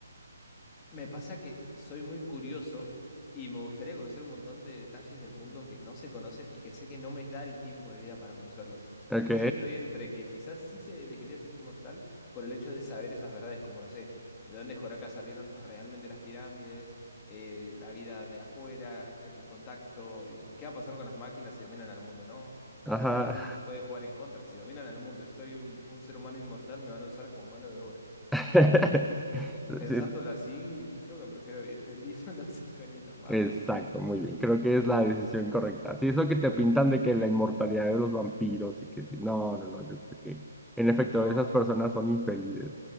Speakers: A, on the left; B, in the centre.
A: Me pasa que soy muy curioso y me gustaría conocer un montón de detalles del mundo que no se conocen y que sé que no me da el tiempo de vida para conocerlos.
B: Ok.
A: Entonces estoy entre que quizás sí se elegiría ser inmortal por el hecho de saber esas verdades, como no sé, de dónde Joraca salieron realmente las pirámides, eh, la vida de afuera, en el contacto, eh, qué va a pasar con las máquinas si dominan al mundo, ¿no?
B: Ajá.
A: Aparte también me puede jugar en contra, si dominan al mundo y soy un, un ser humano inmortal me van a usar como mano de obra.
B: <laughs>
A: Eh, Pensándolo
B: Sí, es-
A: así, creo que prefiero vivir feliz <laughs> unos cinco añitos más.
B: Exacto, muy bien. Creo que es la decisión correcta. Sí, eso que te
A: Es verdad.
B: pintan de que la inmortalidad de los vampiros y que sí. No, no, no, yo creo que en efecto
A: No,
B: esas personas son infelices.